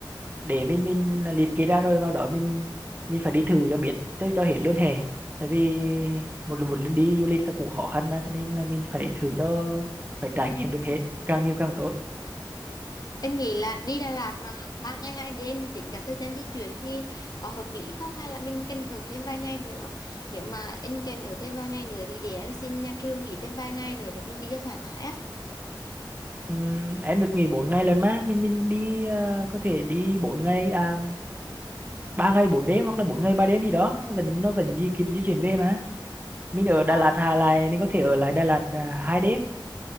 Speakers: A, on the right (about 25°); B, on the left (about 50°).
A: để mình mình liệt kê ra rồi vào đó mình mình phải đi thử cho biết tới cho hết luôn hè tại vì một một lần đi du lịch là cũng khó khăn mà cho nên là mình phải thử cho phải trải nghiệm được hết càng nhiều càng tốt
B: Anh nghĩ là đi Đà Lạt mà ba ngày hai đêm tính cả thời gian di chuyển thì có hợp lý không hay là mình cần ở thêm vài ngày nữa? Nếu mà anh cần ở thêm vài ngày nữa thì để em xin nhà trường nghỉ thêm vài ngày nữa để mình đi cho thoải mái á.
A: Ừm, em được nghỉ 4 ngày lần mà mình mình đi ờ, có thể đi 4 ngày à, 3 ngày 4 đêm hoặc là bốn ngày 3 đêm gì đó vẫn nó vẫn di kịp di chuyển về mà mình ở Đà
B: Ờ.
A: Lạt Hà lại mình có thể ở lại Đà Lạt à, hai đêm